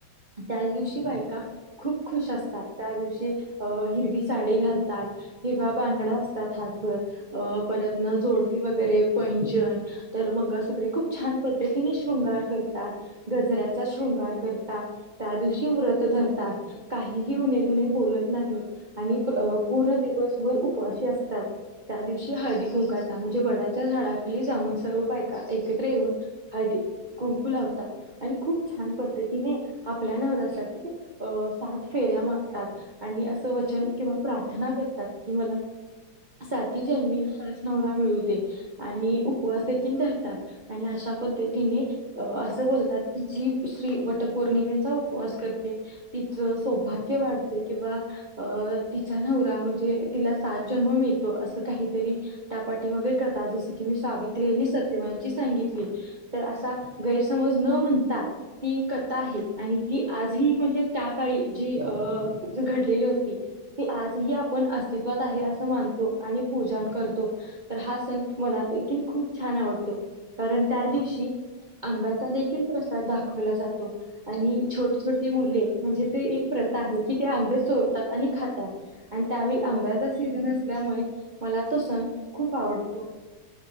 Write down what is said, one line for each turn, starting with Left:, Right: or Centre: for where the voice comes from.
Right: त्या
Left: हो
Right: दिवशी
Left: मॅम
Right: बायका खूप खुश असतात, त्या दिवशी अ हिरवी साडी घालतात. हिरवा बांगडा असतात, हातभर अ परतन जोडवी वगैरे पैजन, तर मंगळसुत्रे खूप छान, पद्धतीने शृंगार करतात. गजऱ्याचा शृंगार करतात, त्या दिवशी व्रत धरतात, काहीही उनदु्ने बोलत नाहीत, आणि पूर्ण दिवसभर उपवाशी असतात. त्या दिवशी हळदी कुंकाचा म्हणजे, वड्याच्या झाडाखाली जाऊन सर्व बायका एकत्र येऊन, हदी कुंकू लावतात, आणि खूप छान पद्धतीने, आपल्या नवर साठी अ सात फेऱ्या मारतात, आणि असं वचन किंवा, प्रार्थना करतात कि मला, साती जन्मी खास नवरा मिळू दे, आणि उपवास देखील धरतात, आणि अशा पद्धतीने, अ असं बोलतात की जी श्री, वटपौर्णिमेचा उपवास करते. तिचं सौभाग्य, वाढत किंवा अ तिचा नवरा म्हणजे तिला सात जन्म मिळतो, असं काहीतरी त्या पाठी मग कथा जस की मी, सावित्री यांनी सत्यवाांची सांगितली. तर असं गैरसमज न म्हणता, ती कथा आहे आणि ती आजही म्हणजे, त्या काळी जी अ ज घडलेली होती. ती आजही आपण अस्तित्वात आहे असं मानतो, आणि पूजन करतो. तर हा सण मला देखील खूप छान, आवडतो कारण
Left: हो
Right: त्या दिवशी आंब्याचा देखील, प्रसाद दाखवला जातो. आणि छोट छोटी मुले म्हणजे ते, एक प्रथा आहे की ते आंबे चोरतात आणि खातात. आणि त्यावेळी
Left: हो हो.
Right: आंब्याचा सीझन असल्यामुळे, मला तो सण खूप आवडतो.